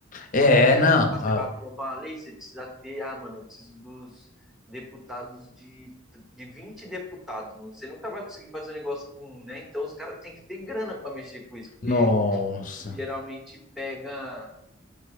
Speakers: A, on the left; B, in the centre.
A: É,
B: Porque
A: não.
B: tipo, ah, você
A: ah,
B: vai aprovar uma lei, você precisa ter, ah, mano, eu preciso dos deputados de, de 20 deputados. não- Você nunca vai conseguir fazer um negócio com um, né? Então os caras têm que ter grana pra mexer com isso, porque
A: nossa.
B: geralmente pega.